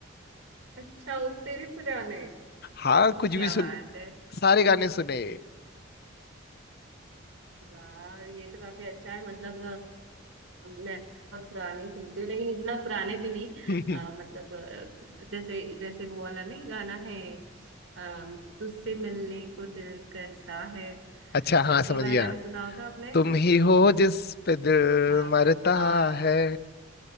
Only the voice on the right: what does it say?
अच्छा उससे भी पुराने
क्या
बात है
वाह ये तो काफी अच्छा है मतलब मैं बहुत पुराने ही सुनती हूँ लेकिन इतना पुराने भी नहीं
अ, मतलब अ, जैसे जैसे वो वाला नहीं गाना है अम, तुझसे मिलने को दिल करता है
ये वाला
गाना सुना होगा आपने
हाँ
और